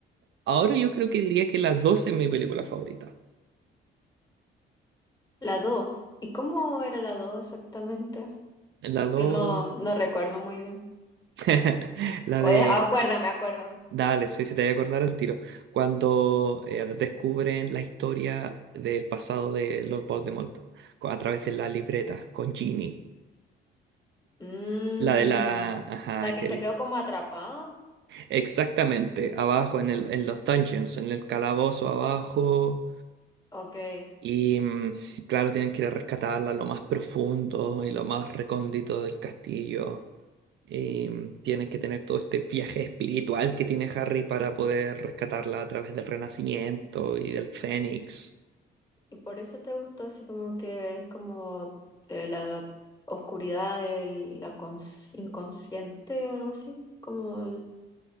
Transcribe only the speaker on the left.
la dos ¿Y cómo era la 2 exactamente?
Que no, no recuerdo muy bien.
O
de- acuérdame, acuérdame.
Mm,
la
que se quedó como atrapada.
Ok.
Y por eso te gustó, así como que es como eh, la oscuridad de la cons- inconsciente o algo así, como